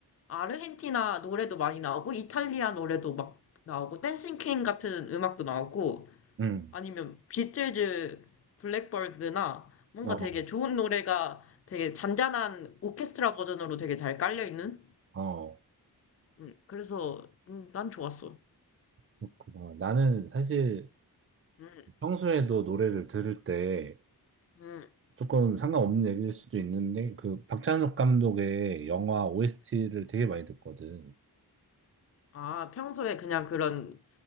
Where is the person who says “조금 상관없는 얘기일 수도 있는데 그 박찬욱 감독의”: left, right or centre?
Right